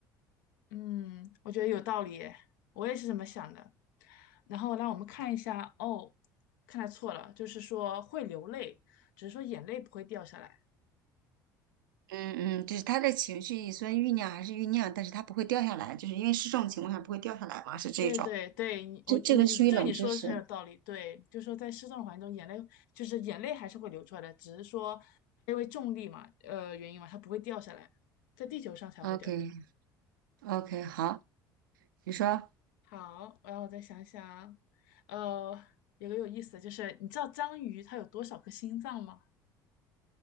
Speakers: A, on the left; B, on the right.
A: 嗯，我觉得有道理耶我也是这么想的。然后让我们看一下，哦，看来错了，就是说会流泪，只是说眼泪不会掉下来。
B: 嗯嗯，就是他的情绪虽然酝酿还是酝酿，但是他不会掉下来，就是因为失重情况下不会掉下来嘛，是这种。
A: 对对对，你我你这个你说的是很有道理。
B: 这这个属于冷知识。
A: 对，就是说在失重的环境中，眼泪就是眼泪还是会流出来的，只是说因为重力嘛，呃原因嘛，它不会掉下来，在地球上才会掉下来。
B: 嗯 OK OK，好，你说
A: 好，然后我再想想，呃，有个有意思的就是，你知道章鱼它有多少颗心脏吗？